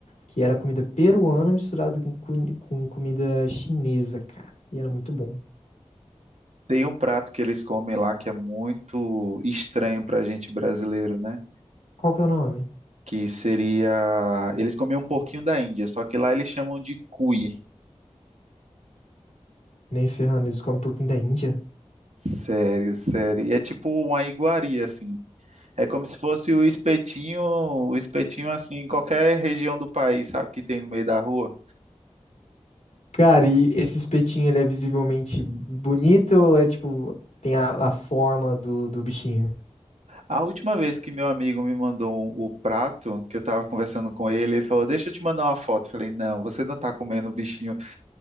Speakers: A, on the left (about 85°); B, on the right (about 75°).
A: que era comida peruana misturada com, cu- com comida chinesa, cara. E era muito bom.
B: tem um prato que eles comem lá que é muito estranho para a gente brasileiro, né?
A: Qual que é o nome?
B: que seria. Eles comiam um porquinho da Índia, só que lá eles chamam de cuy.
A: Nem ferrando, eles comem porquinho da Índia.
B: Sério, sério. E é tipo uma iguaria, assim. É como se fosse o espetinho, o espetinho assim, em qualquer região do país, sabe, que tem no meio da rua.
A: Cara, e esse espetinho, ele é visivelmente bonito ou é tipo, tem a, a forma do, do bichinho?
B: A última vez que meu amigo me mandou um, o prato, que eu tava conversando com ele, ele falou: Deixa eu te mandar uma foto. Eu falei: Não, você não tá comendo o bichinho.